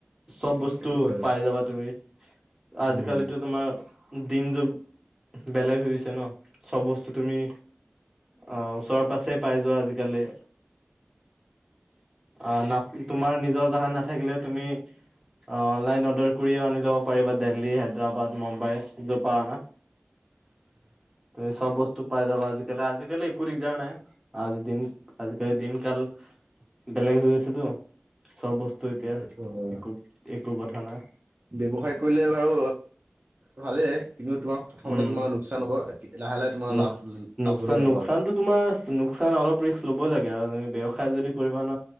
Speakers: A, in the centre; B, on the right.
A: চব বস্তু
B: সেইটো হয়
A: পাই যাবা তুমি আজিকালিতো
B: উম।
A: তোমাৰ দিন যুগ বেলেগ হৈ গৈছে ন' চব বস্তু তুমি অ, ওচৰে পাছে পাই যোৱা আজিকালি।
B: <inaudible>
A: অ, নাপ তোমাৰ নিজৰ জাগাত নাথাকিলে তুমি অ, অনলাইন অৰ্ডাৰ কৰিও আনিও লব পাৰিবা দেল্হী, হায়দৰাবাদ, মুম্বাই, জৰপা আনা।
B: <inaudible>
A: এ চব বস্তু পাই যাবা আজি কেলে আজিকালি একো দিগদাৰ নাই আজি দিন আজিকালি দিনকাল বেলেগ হৈ গৈছেতো চব বস্তু এতিয়া
B: সেইটো হয়।
A: একো- একো কথা নাই।
B: ব্যৱসায় কৰিলে বাৰু ভালেই কিন্তু তোমাৰ প্ৰথমতে
A: উম
B: তোমাৰ লোকচান হ'ব <unintelligible>
A: নোক-
B: লাভ লাভলৈ
A: নোকচান
B: যাব
A: -নোকচানতো
B: আৰু।
A: তোমাৰ নোকচান অলপ ৰিক্স ল'বই লাগে আৰু <unintelligible> ব্যৱসায় যদি কৰিবা ন